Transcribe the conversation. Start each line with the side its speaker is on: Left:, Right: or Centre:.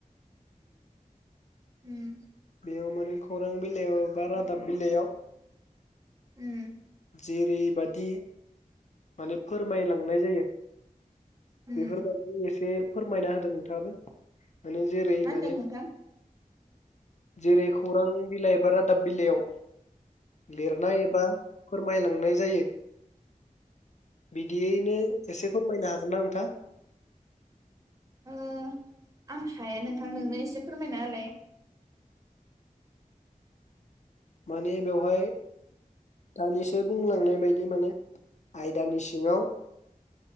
Right: उम
Left: बेयाव माने खौरां बिलाइयाव बा रादाब बिलाइयाव
Right: उम
Left: जेरैबादि माने फोरमायलांनाय जायो
Right: उम
Left: बेफोरबायदि एसे फोरमायना होदों नोंथाङाबो। माने जेरै
Right: मा होनदों
Left: माने
Right: नोंथां
Left: जेरै खौरां बिलाइ बा रादाब बिलायाव लिरनाय एबा फोरमाय लांनाय जायो बिदियैनो एसे फोरमायनो हागोनना नोंथाङा?
Right: ओ आं हाया नोंथां नोंनो एसे फोरमायनाहोलाय।
Left: माने बेवहाय दानिसो बुंलांनाय बायदि माने आयदानि सिङाव